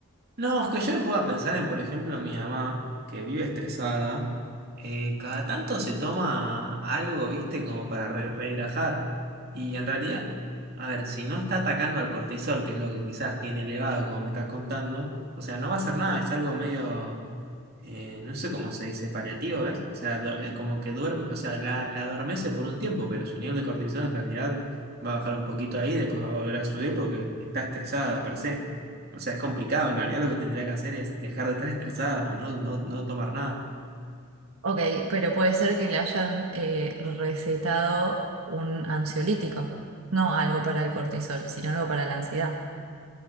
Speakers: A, on the right; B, on the right.
A: No, es que yo me puedo pensar en, por ejemplo, mi mamá, que vive estresada, eh, cada tanto se toma algo, viste, como para re- relajar. Y en realidad, a ver, si no está atacando al cortisol, que es lo que quizás tiene elevado, como me estás contando, o sea, no va a hacer nada, es algo medio, eh, no sé cómo se dice, paliativo, ¿ves? O sea, do- eh, como que duerme, o sea, la, la adormece por un tiempo, pero su nivel de cortisol en realidad va a bajar un poquito ahí, después va a volver a subir porque está estresada per se. O sea, es complicado. En realidad lo que tendría que hacer es dejar de estar estresada, no, no, no tomar nada.
B: Ok, pero puede ser que le hayan eh, recetado un ansiolítico, no algo para el cortisol, sino algo para la ansiedad.